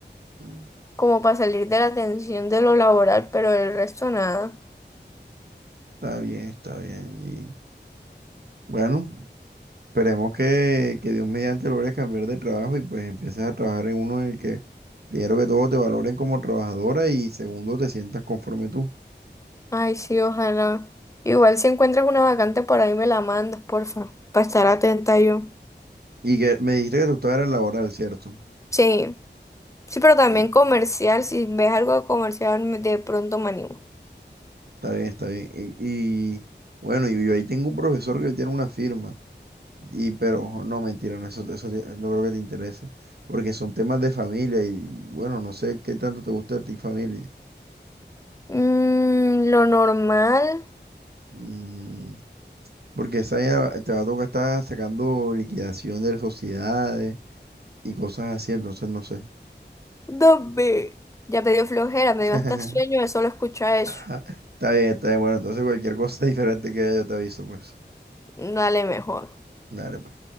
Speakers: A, on the right; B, on the left.
A: Mm,
B: como para salir de la tensión de lo laboral, pero el resto nada.
A: Está bien, está bien. Bueno, esperemos que, que Dios mediante logres cambiar de trabajo y pues empieces a trabajar en uno en el que primero que todo te valoren como trabajadora y segundo te sientas conforme tú.
B: Ay, sí, ojalá. Igual si encuentras una vacante por ahí me la mandas, porfa, para estar atenta yo.
A: Y que me dijiste que tú estabas en laboral, ¿cierto?
B: Sí, sí, pero también
A: Uh,
B: comercial, si ves algo de comercial me- de pronto me animo.
A: está bien, está bien. Y, y, bueno, y yo ahí tengo un profesor que él tiene una firma. Y pero no, mentira, no, eso, eso te- no creo que te interese. Porque son temas de familia y bueno, no sé qué tanto te gusta a ti familia.
B: Mm, lo normal,
A: Mm, Porque esa ya te va a tocar estar sacando liquidación de sociedades y cosas así, entonces no sé.
B: dame. Ya me dio flojera, me
A: <laughs>
B: dio hasta sueño de solo escuchar eso.
A: Ajá, Está bien, está bien. Bueno, entonces cualquier cosa <laughs> diferente que haya yo te aviso, pues.
B: Dale mejor.
A: Dale, pues.